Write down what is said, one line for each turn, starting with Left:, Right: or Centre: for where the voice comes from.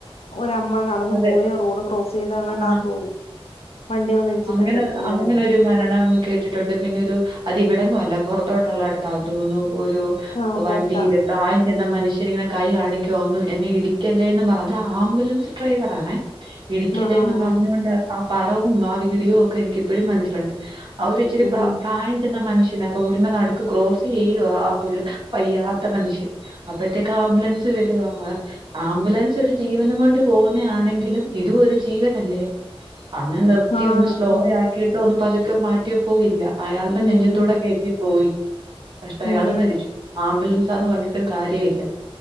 Left: ഒരമ്മ നടന്നു
Right: അതെ
Left: പോയി റോഡ് ക്രോസ് ചെയ്ത അങ്ങാണ്ടാന്ന്
Right: ആ
Left: തോന്നുന്നു വണ്ടി വന്നിടിച്ചിട്ടിട്ട്
Right: അങ്ങനെ
Left: അന്നേരം
Right: അങ്ങനെരു മരണം കേട്ടിട്ടുണ്ട് പിന്നെ ഒരു അതി ഇവിടന്നും അല്ല പുറത്തോട്ടുള്ളടെതാ തോന്നുന്നു ഒരു
Left: ആഹ്
Right: വണ്ടിയില്
Left: പൊറത്താ
Right: പ്രായം ചെന്ന മനുഷ്യൻ ഇങ്ങനെ കൈ കാണ ക്കു ഒന്നു എന്നെ ഇടിക്കല്ലേ എന്ന് പറഞ്ഞത് ആംബുലൻസ് ഡ്രൈവർ ആണേ ഇടിക്കല്ലേന്ന്
Left: ആഹ് ആഹ്
Right: പറഞ്ഞുകൊണ്ട് ആ പടവും ആ വീഡിയോവും ഒക്കെ എനിക്കിപ്പോഴും മനസ്സിലുണ്ട് അവരിച്ചിരി
Left: ഉം ഉം
Right: പ്രായം ചെന്ന മനുഷ്യനാര്ന്നു റോഡിന്റെ നടു ക്രോസ് ചെയ്യ പയ്യാത്ത മനുഷ്യർ അപ്പോഴത്തേക്ക ആംബുലൻസ് വരും <unintelligible> ആംബുലൻസ് ഒരു ജീവനുംകൊണ്ട് പോവുന്നെ ആണെങ്കിലും ഇതും ഒരു ജീവനല്ലേ അന്നെ നിർത്തിയ
Left: ആണ്
Right: ഒന്ന് സ്ലോ
Left: ഉം
Right: ആക്കിയിട്ട് ഒന്നും പതുക്കെ മാറ്റിയ പോവില്ല അയാളുടെ നെഞ്ചത്തൂടെ
Left: ഉം
Right: കയറ്റിപോയി കഷ്ടയാള്
Left: ഉം ഉം
Right: മരിച്ചു ആംബുലൻ ന്ന് പറഞ്ഞിട്ടും കാര്യമില്ല